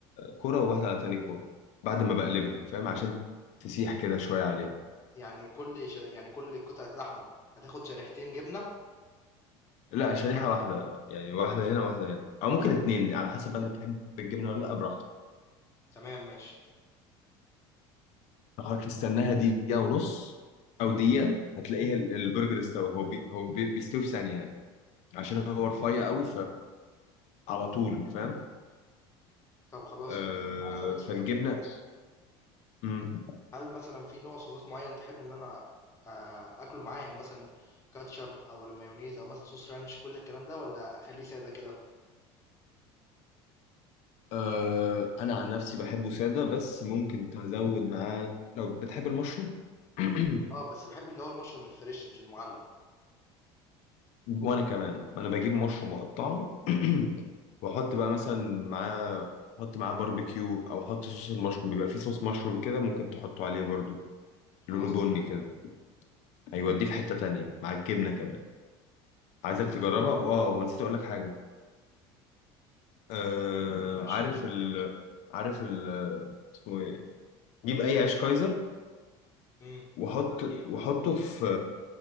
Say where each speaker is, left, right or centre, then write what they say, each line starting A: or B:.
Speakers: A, on the left; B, on the left.
A: كره وواحده على تاني كره بعد ما بقلبهم فاهم عشان تسيح كده شويه عليه
B: يعني كل ش... يعني كل قطعة لحمة هتاخد شريحتين جبنة
A: لا شريحه واحده يعني واحده هنا واحده هنا او ممكن اتنين على حسب انت بتحب الجبنه ولا لا براحتك
B: تمام ماشي
A: حضرتك تستناها دقيقة ونص أو دقيقة هتلاقيها ال- البرجر استوى هو بي هو بي بيستوي في ثانية يعني عشان هو رفيع قوي فعلى طول فاهم
B: طب خلاص
A: آه
B: م- طب أنا عايز أسألك سؤال
A: فالجبنة مم.
B: هل مثلا في نوع صوصات معين تحب إن أنا آه أكله معاه يعني مثلا كاتشب أو مايونيز أو مثلا صوص رانش كل الكلام ده ولا أخليه سادة كده؟
A: آه أنا عن نفسي بحبه سادة بس ممكن تزود معاه لو بتحب المشروم <clears throat>
B: أه بس بحب اللي هو المشروم الفريش مش المعلب
A: وأنا كمان أنا بجيب مشروم مقطع <clears throat> وأحط بقى مثلا معاه أحط معاه باربيكيو أو أحط صوص المشروم بيبقى فيه صوص مشروم كده ممكن تحطه عليه برضو
B: خلاص
A: لونه بني
B: تمام
A: كده هيوديه في حتة تانية مع الجبنة كمان عايزك تجربها واه ونسيت اقول لك حاجة آه
B: قول قول يا باشا
A: عارف ال عارف ال اسمه ايه جيب اي عيش كايزر
B: امم
A: وحط وحطه في